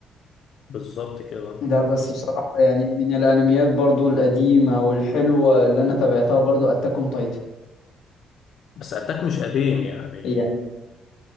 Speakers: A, on the left (about 70°); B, on the left (about 85°).
A: بالظبط كده
B: ده بس بصراحة يعني من الأنميات برضو القديمة والحلوة اللي أنا تابعتها برضو أتاك أون تايتن
A: بس أتاك مش قديم يعني
B: يعني